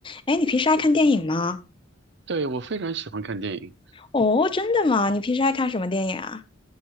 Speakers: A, on the left (about 25°); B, on the right (about 55°).
A: 哎，你平时爱看电影吗？
B: 对，我非常喜欢看电影
A: 哦，真的吗？你平时爱看什么电影啊？